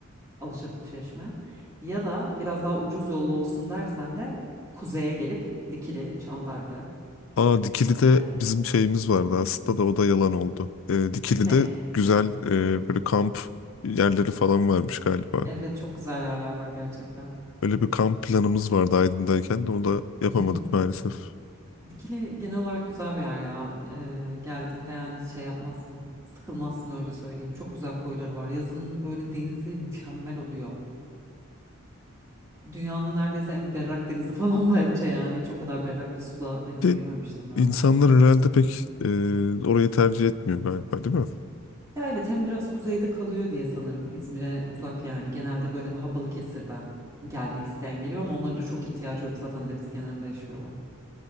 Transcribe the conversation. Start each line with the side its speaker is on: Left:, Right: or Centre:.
Right: Alaşat Çeşme ya da biraz daha ucuz yollu olsun dersen de kuzeye gelip Dikili, Çandarlı,
Left: Aa Dikili'de
Right: eee
Left: bizim şeyimiz vardı aslında da o da yalan oldu. Ee, Dikili'de
Right: Ney.
Left: güzel e, böyle kamp yerleri falan varmış galiba.
Right: Evet çok güzel yerler var gerçekten.
Left: Öyle bir kamp planımız vardı Aydın'dayken de onu da yapamadık
Right: Hı hı.
Left: maalesef.
Right: Dikili genel olarak güzel bir yer ya. Ee, geldiğinde yani şey yapmazsın. Sıkılmazsın öyle söyleyeyim. Çok güzel koyları var. Yazın böyle denizi mükemmel oluyor. Dünyanın neredeyse en berrak denizi falan <laughs> bence yani. Hiç o kadar berrak bir suda denize
Left: De,
Right: girmemiştim ben
Left: insanlar
Right: daha önce.
Left: herhalde pek e, orayı tercih etmiyor galiba değil mi?
Right: Ya evet hem biraz kuzeyde kalıyor diye sanırım. İzmir'e uzak yani. Genelde böyle daha Balıkesir'den gelmek isteyen geliyor ama onların da çok ihtiyacı yok. Zaten deniz kenarında yaşıyorlar.